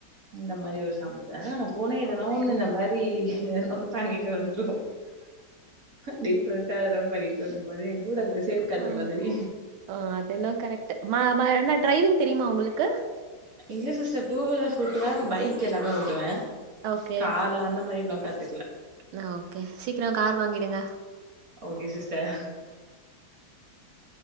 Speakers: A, on the right; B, on the right.
A: இந்த மாரி ஒரு சம்பவ ஆ போன எதனா
B: ஓகே.
A: ஒண்ணு இந்த மாரி ஏதாவது ஒண்ணு பண்ணிட்டு வந்துருவோ டிஃப்ரெண்டா ஏதாவது பண்ணிட்டு வந்த போது ஏ கூட அதுக்கு சேக்க அந்த
B: ம்.
A: மாதிரி
B: ஓ அது என்னவோ கரெக்ட்டு மா மா என்ன டிரைவிங் தெரியுமா உங்களுக்கு
A: இல்ல சிஸ்டர் டூ வீலர்ஸ் ஓட்டுவே பைக் எல்லாமே ஓ ட்டுவே
B: ஓகே.
A: கார்ல அந்த மாரி இன்னு கத்துக்கல
B: அ ஓகே சீக்கர கார் வாங்கிடுங்க
A: okay sister